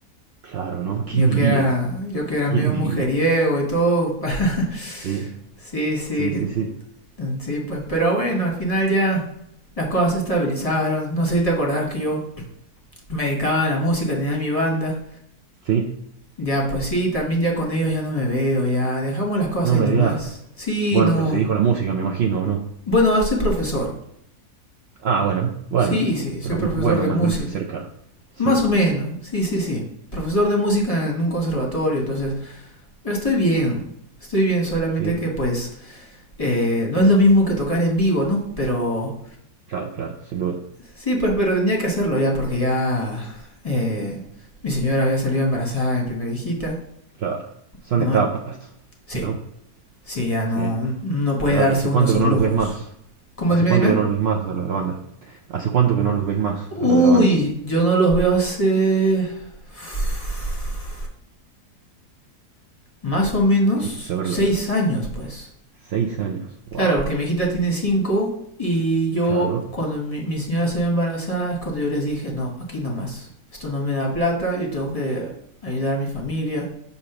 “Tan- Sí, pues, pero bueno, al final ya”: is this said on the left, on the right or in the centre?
Left